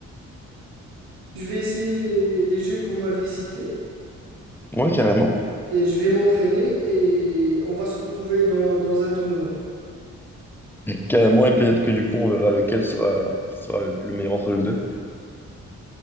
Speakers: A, on the right; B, in the centre.
A: Je vais essayer les, les les jeux que vous m'aviez cités.
B: ouais, carrément.
A: et je vais m'entraîner et on va se retrouver dans, dans un tournoi.
B: Carrément, et peut-être que du coup, on verra lequel sera, sera le, le meilleur entre les deux.